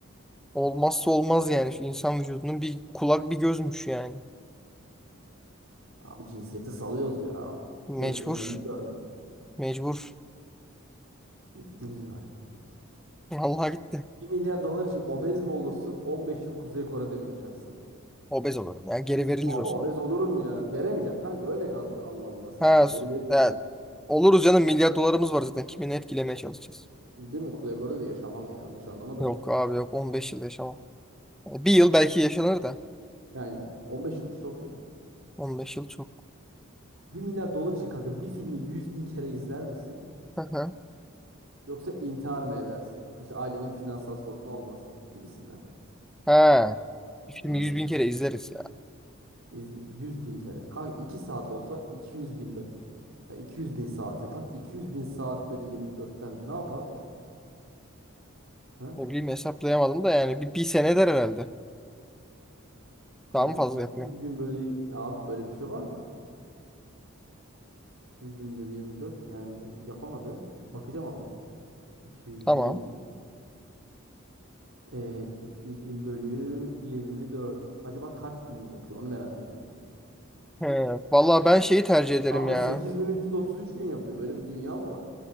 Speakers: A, in the centre; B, on the right.
A: Olmazsa olmaz yani şu insan vücudunun bir kulak bir gözmüş yani.
B: Abi cinsiyeti salıyoruz ya. Göz,
A: Mecbur.
B: önemli görmek.
A: Mecbur.
B: Gitti bizim erkeklik.
A: Vallahi gitti.
B: Bir milyar dolar için obez mi olursun On beş yıl Kuzey Kore'de mi yaşarsın?
A: Obez olurum ya geri verilir
B: Abi
A: o sonra.
B: obez olurum ya. Veremeyeceksin kanka öyle kalacaksın. Allah Allah sen
A: Ha,
B: de. Geri
A: s-
B: ver.
A: ya, oluruz canım milyar dolarımız var zaten. Kimini etkilemeye çalışacağız.
B: Değil mi? Kuzey Kore'de de yaşamam ya yanlış anlama da.
A: Yok abi yok 15 yıl yaşamam. E, Bir yıl belki yaşanır da
B: Ya aynen. 15 yıl çok ya.
A: 15 yıl çok.
B: Bir milyar dolar için kanka bir filmi 100 bin kere izler misin?
A: Hı hı.
B: Yoksa intihar mı edersin? İşte ailenin finansal sorunu olmaz gibisinden.
A: Ha, bir filmi
B: Hmm.
A: yüz bin kere izleriz ya.
B: İz- 100 bin kere. Kanka 2 saat olsa 200 bin dakika. Ya 200 bin saat yapar. 200 bin saat bölü 24'ten ne yapar? Ha?
A: Ne bileyim hesaplayamadım da yani bir, bir sene eder herhalde.
B: Kanka
A: Daha mı fazla
B: iki
A: yapıyor?
B: yüz bin bölü... Ya abi böyle bir şey var mı? 200 bin bölü 24 yani yapamadı. Bakacağım ama. 200
A: Tamam.
B: bin. E, 200 bin bölü 24. Acaba kaç gün yapıyor? Onu merak ediyorum.
A: He, vallahi ben şeyi tercih ederim
B: Kanka
A: ya.
B: 8333 gün yapıyor. Böyle bir dünya mı var?